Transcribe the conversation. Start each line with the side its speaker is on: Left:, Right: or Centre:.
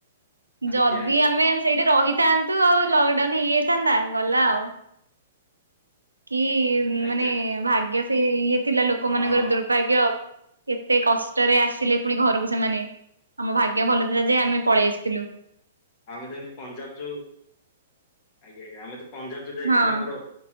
Right: ଯଦି
Left: ଆଜ୍ଞା ଆଜ୍ଞା
Right: ଆମେ ସେଇଠି ରହିଥାନ୍ତୁ ଆଉ ଲକଡାଉନ ହେଇଯାଇଥାନ୍ତା, ଗଲା ଆଉ କି
Left: ଆଜ୍ଞା
Right: ମାନେ ଭାଗ୍ୟ ସେ ଇଏ ଥିଲା, ଲୋକମାନଙ୍କର
Left: ହଁ
Right: ଦୁର୍ଭାଗ୍ୟ। କେତେ କଷ୍ଟରେ ଆସିଲେ ପୁଣି ଘରକୁ ସେମାନେ। ଆମ ଭାଗ୍ୟ ଭଲ ଥିଲା ଯେ, ଆମେ ପଳେଇ ଆସିଥିଲୁ।
Left: ଆମେ ଯେମିତି ପଞ୍ଜାବ ଯୋଉ ଆଜ୍ଞା ଆଜ୍ଞା। ଆମେ ତ ପଞ୍ଜାବ ଯଉ ଯାଇଥିଲୁ
Right: ହଁ
Left: ଆମର